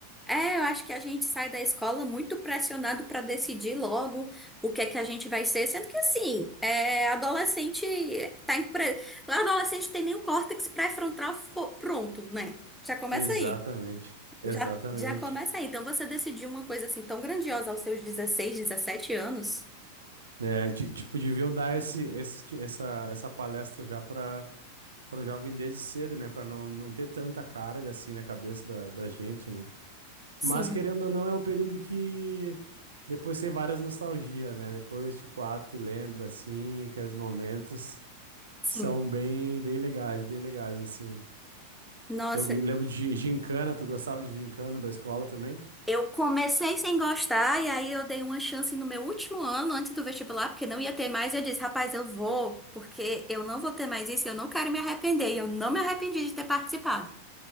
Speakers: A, in the centre; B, on the right.
A: É, eu acho que a gente sai da escola muito pressionado para decidir logo o que é que a gente vai ser, sendo que assim, é, adolescente tá em pré... adolescente tem nem o córtex pré-frontal fo- pronto, né? Já começa
B: Exatamente.
A: aí.
B: Exatamente.
A: Já, já começa aí. Então você decidiu uma coisa assim tão grandiosa aos seus 16, 17 anos?
B: É, ti- tipo, deviam dar esse, esse, essa, essa palestra já para o jovem desde cedo, né? Para não, não ter tanta carga assim na cabeça da, da gente, né?
A: Sim,
B: Mas querendo ou não, é um período que depois tem várias nostalgias, né? Depois, tipo, ah, tu lembra assim, aqueles momentos
A: sim.
B: que são bem, bem legais, bem legais, assim.
A: Nossa,
B: Eu gu- lembro de gincana, tu gostava de gincana da escola também?
A: Eu comecei sem gostar e aí eu dei uma chance no meu último ano antes do vestibular, porque não ia ter mais. e Eu disse, rapaz, eu vou, porque eu não vou ter mais isso, e eu não quero me arrepender. E eu não me arrependi de ter participado.